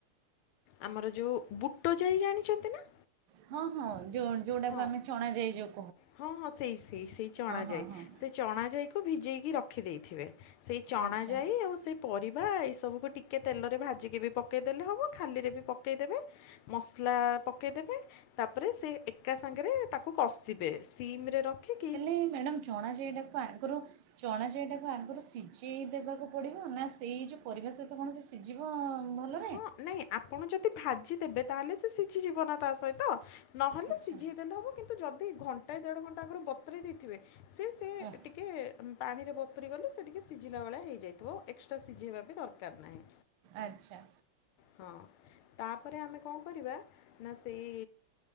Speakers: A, on the left; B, on the right.
A: ଆମର ଯୋଉ ବୁଟ ଯାଇ ଜାଣିଛନ୍ତି ନା।
B: ହଁ ହଁ ଯୋଉ ଯୋଉ ଟାକୁ
A: ହଁ
B: ଆମେ ଚଣାାଯାଇ ଯୋଉ
A: ହଁ ହଁ ସେଇ ସେଇ ସେଇ ଚଣାଯାଇ
B: ହଁ ହଁ
A: ସେ ଚଣା ଯାଇ କି ଭିଜେଇକି ରଖି ଦେଇେଇଥିବେ ସେଇ ଚଣା
B: ଆଚ୍ଛା
A: ଯାଇ ଆଉ ସେଇ ପରିବା ଏଇ ସବୁକୁ ଟିକେ କେ ତେଲରେ ଭାଜିକି ବି ପକେଇଦେଲେ ହବ ଖାଲିରେ ବି ପକେଇଦେବେ। ମସଲା ପକେଇଦବେ ତାପରେ ସେ ଏକା ସାଙ୍ଗରେ ତାକୁ କଷିବେ। ସିମ୍ ରେ ରଖି
B: ହେଲେ ମ୍ୟାଡ଼ାମ ଚଣା ଯାଇଟାକୁ ଆଗରୁ ଚଣା ଜାଇଟାକୁ ଆଗରୁ ସିଝେଇ ଦେବାକୁ ପଡ଼ିବ ନା ସେଇ ଯୋଉ ପରିବା ସହିତ କଣ ସେ ସିଝିବ ଭଲ
A: ହଁ ନାଇଁ ଆପଣ ଯଦି ଭାଜି ଦେବେ ତାହେଲେ ସେ ସିଜିଯିବ ନା ତା ସହିତ। ନହେଲେ
B: ଆଚ୍ଛା
A: ସିଝିେଇଦେଲେ ହେବ କିନ୍ତୁ ଯଦି ଘଣ୍ଟାଏ ଦେଢ଼ ଘଣ୍ଟା ଆଗରୁ ବତେରେଇ ଦେଇଥିବେ ସେ ସେ
B: ହଁ
A: ଟିକେ ଟିକେ ପାଣିରେ ବତରି ଗଲେ ସେ ଟିକେ ସିଝିଲା ଭଳିଆ ହେଇଯାଇଥିବ ଏକ୍ସଟ୍ରା ସିଝେଇବା ବି ଦରକାର ନାହିଁ।
B: ଆଚ୍ଛା।
A: ହଁ ତାପରେ ଆମେ କଣ କରିବା ନା ସେଇ